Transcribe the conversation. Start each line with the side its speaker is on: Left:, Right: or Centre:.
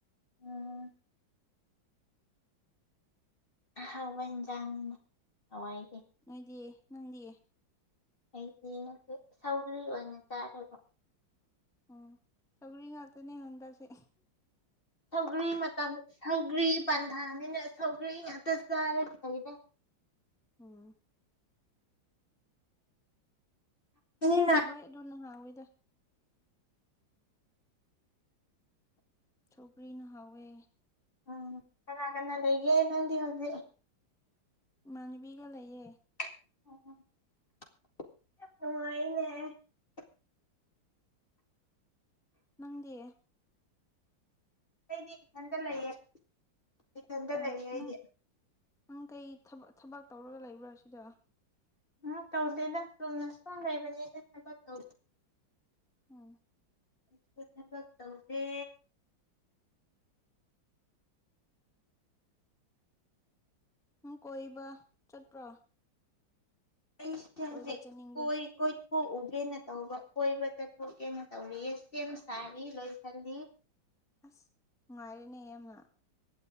Left: ꯎꯝ ꯑ ꯍꯥꯎꯕ ꯏꯟꯖꯥꯡꯅꯤꯅ ꯍꯋꯥꯏ
Centre: ꯅꯣꯏꯗꯤ ꯅꯪꯗꯤ
Left: ꯑꯩꯗꯤ ꯉ ꯁꯧꯒ꯭ꯔꯤ ꯑꯣꯏꯅ ꯆꯥꯔꯦꯕ
Centre: ꯑꯣ ꯁꯧꯒꯔꯤ ꯉꯥꯛꯇꯅꯦ ꯍꯟꯗꯁꯦ
Left: ꯊꯧꯒ ꯃ ꯁꯧꯒ ꯄꯥꯟ ꯅꯅꯤꯅ ꯁꯒꯤꯔ ꯉꯥꯛꯇ ꯆꯥꯔꯒ ꯂꯩꯔꯦ
Centre: ꯎꯝ
Left: ꯅꯤꯅ
Centre: ꯍꯣꯏ ꯑꯗꯨ ꯅꯍꯥꯟ ꯑꯣꯏꯗ ꯁꯧꯒꯔ꯭ꯤꯅ ꯍꯥꯎꯋꯦ
Left: ꯎꯝ ꯀꯅꯥ ꯀꯅꯥ ꯂꯩꯒꯦ ꯅꯪꯗꯤ ꯍꯧꯖꯤꯛ
Centre: ꯏꯃꯥꯅꯕꯤꯒ ꯂꯩꯌꯦ
Left: ꯃꯥꯅꯦ
Centre: ꯅꯪꯗꯤ
Left: ꯑꯩꯗꯤ ꯏꯊꯟꯇ ꯂꯩꯌꯦ ꯏꯊꯟꯗ
Centre: ꯑꯣ
Left: ꯂꯩꯌꯦ ꯑꯩꯗꯤ
Centre: ꯅꯪ ꯅꯪ ꯀꯩ ꯊꯕꯛ ꯇꯧꯔꯒ ꯂꯩꯕ꯭ꯔꯥ ꯁꯤꯗ
Left: ꯎꯝ ꯇꯧꯗꯦꯗ ꯆꯨꯝꯅ ꯁꯨꯝ ꯂꯩꯕꯅꯤꯗ ꯊꯥꯕꯛ ꯇꯧꯗꯦ
Centre: ꯎꯝ
Left: ꯑꯩꯁꯨ ꯊꯕꯛ ꯇꯧꯗꯦ
Centre: ꯅꯪ ꯀꯣꯏꯕ ꯆꯠꯄ꯭ꯔꯣ
Left: ꯑꯩ ꯍꯧꯖꯥꯛ
Centre: ꯀꯣꯏꯕ ꯆꯠꯅꯤꯡꯕ꯭ꯔꯥ
Left: ꯀꯣꯏ ꯀꯣꯏ ꯀꯣꯛꯎꯒꯦꯅ ꯇꯧꯕ ꯀꯣꯏꯕ ꯆꯠꯊꯣꯛꯀꯦꯅ ꯇꯧꯔꯤ ꯁꯦꯝ ꯁꯥꯔꯤ ꯂꯣꯏꯁꯤꯜꯂꯤ
Centre: ꯑꯁ ꯅꯨꯡꯉꯥꯏꯔꯦꯅꯦ ꯌꯥꯝꯅ